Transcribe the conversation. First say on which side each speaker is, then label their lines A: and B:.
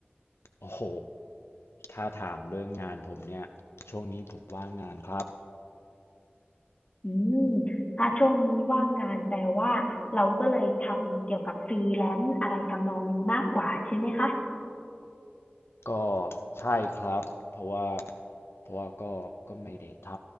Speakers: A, on the left; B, on the left.
A: โอ้โหถ้าถามเรื่องงานผมเนี่ยช่วงนี้ผมว่างงานครับ
B: อืมถ้าช่วงนี้ว่างงานแปลว่าเราก็เลยทำเกี่ยวกับฟรีแลนซ์อะไรทำนองนี้มากกว่าใช่ไหมคะ
A: ก็ใช่ครับเพราะว่าเพราะว่าก็ก็ไม่ได้ท